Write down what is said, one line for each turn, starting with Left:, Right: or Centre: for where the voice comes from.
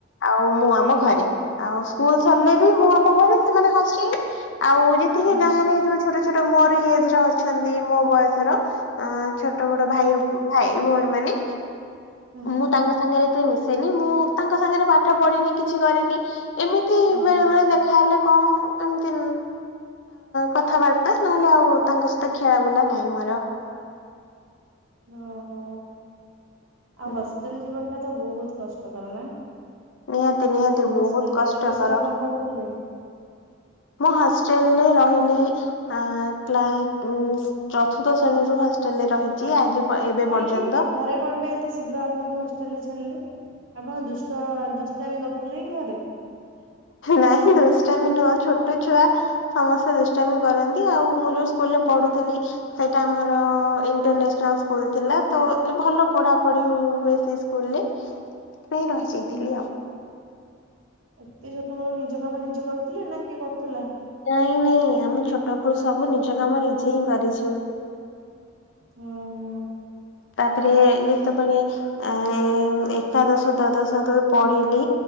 Left: ଆଉ ମୁଁ ଆମ ଘରେ ଆଉ ସ୍କୁଲ ସରିଲେ ବି ମୁଁ ଆମ ଘରେ ସେମାନେ ହଷ୍ଟେଲ ରେ। ଆଉ ଯେତିକି
Right: ହୁଁ ହୁଁ।
Left: ଗାଁ ରେ ଯୋଉ ଛୋଟ ଛୋଟ ମୋର ଏଜ ର ଅଛନ୍ତି ମୋ ବୟସର ଅ ଛୋଟ ବଡ ଭାଇ ଭାଇ ଭଉଣୀ ମାନେ
Right: ହୁଁ
Left: ମୁଁ ତାଙ୍କ ସାଙ୍ଗରେ ଏତେ ମିଶିନି ମୁଁ ତାଙ୍କ ସାଙ୍ଗରେ ପାଠ ପଢିନି କିଛି କରିନି ଏମିତି
Right: ହୁଁ
Left: ବେଳେ ବେଳେ ଖଲେ କଣ ଏମିତି କଥାବାର୍ତ୍ତା ନହେଲେ ଆଉ ତାଙ୍କ ସହିତ ଖେଳା ବୁଲା ନାହିଁ ମୋର।
Right: ଓହୋ ଆଉ
Left: ହୁଁ
Right: ହଷ୍ଟେଲ ଜୀବନ ଟା ତ ବହୁତ କଷ୍ଟକର ନା?
Left: ନିହାତି ନିହାତି
Right: ହଷ୍ଟେଲ
Left: ବହୁତ କଷ୍ଟକର
Right: କେତେ ବର୍ଷରୁ ଆପଣ ପଢୁଥିଲେ?
Left: ମୁଁ ହଷ୍ଟେଲରେ ରହିଲି ଆ କ୍ଲା ଉ ଚତୁର୍ଥ ଶ୍ରେଣୀ ର ହଷ୍ଟେଲରେ ରହି ଚି ଆଜି ଏବେ
Right: କାହିଁକି
Left: ପର୍ଯ୍ୟନ୍ତ।
Right: ଘରେ କଣ ପାଇଁ ଏତେ ଶୀଘ୍ର ଆପଣଙ୍କ ହଷ୍ଟେଲ ରେ ଛାଡ଼ିଲେ ଆପଣ ଦୁଷ୍ଟ ଦୁଷ୍ଟାମ କରୁଥିଲେ କି ଘରେ?
Left: ନାଇଁ ଦୁଷ୍ଟାମୀ ନୁହଁ ଛୋଟ ଛୁଆ ସମସ୍ତେ ଦୁଷ୍ଟାମି କରନ୍ତି। ଆଉ ମୁଁ ଯୋଉ ସ୍କୁଲରେ ପଢୁଥିଲି ସେଇଟା ଆମର ଇଣ୍ଟରନ୍ୟାସନାଲ ସ୍କୁଲ ଥିଲା ତ ଭଲ ପଢାପଢି ହୁଏ ସେ ସ୍କୁଲରେ ସେଥିପାଇଁ ରହିଯାଇଥିଲି
Right: ହୁଁ।
Left: ଆଉ।
Right: ଏତେ ଛୋଟ ବେଳୁ ନିଜ କାମ ନିଜେ କରିଥିଲେ ନା କିଏ କରୁଥିଲା?
Left: ନାଇଁ ନାଇଁ ଆମେ ଛୋଟ ପଳୁ ସବୁ ନିଜ କାମ ନିଜେ ହିଁ କରିଚୁ।
Right: ହୁଁ ହୁଁ।
Left: ତାପରେ ଯେତେବେଳେ ଏ ଏକାଦଶ ଦ୍ୱାଦଶ ଯେତେବେଳୁ ପଢ଼ିଲି